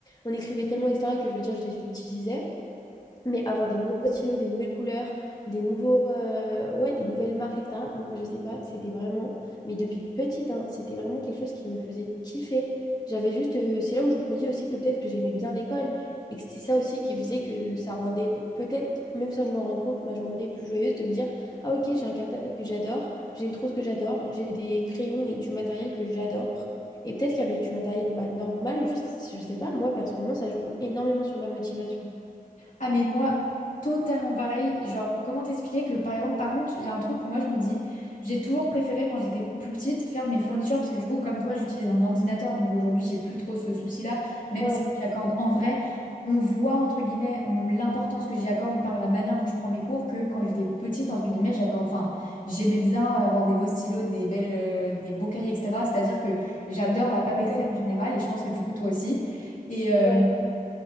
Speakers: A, on the left; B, on the left.
A: on écrivait tellement, etc., que je veux dire, je les utilisais. Mais avoir des nouveaux stylos, des nouvelles couleurs, des nouveaux, euh, ouais, des nouvelles marques, et etc. Moi, je sais pas, c'était vraiment, mais depuis petite, hein, c'était vraiment quelque chose qui me faisait kiffer. J'avais juste, euh, c'est là où je me dis aussi que peut-être que j'aimais bien l'école et que c'est ça aussi qui faisait que ça rendait peut-être, même sans que je me rende compte, ma journée plus joyeuse de me dire, ah ok, j'ai un cartable que j'adore, j'ai une trousse que j'adore, j'ai des crayons et du matériel que j'adore. Et peut-être qu'avec du matériel bah, normal, juste, je sais pas, moi personnellement, ça joue énormément sur ma motivation.
B: Ah mais moi, totalement pareil. Genre, comment t'expliquer que par exemple, par contre, il y a un truc où moi je me dis, j'ai toujours préféré quand j'étais plus petite faire mes fournitures parce que du coup, comme toi, j'utilise un ordinateur, donc aujourd'hui, j'ai plus trop ce souci-là, même
A: Ouais.
B: si j'accorde en vrai, on voit entre guillemets mm, l'importance que j'y accorde par la manière dont je prends mes cours que quand j'étais petite, entre guillemets, j'accorde, enfin, j'aimais bien avoir des beaux stylos, des belles, euh, des beaux cahiers, etc. C'est-à-dire que j'adore la papeterie
A: Ouais,
B: en général et je pense que du coup, toi aussi. Et, euh,
A: Ouais.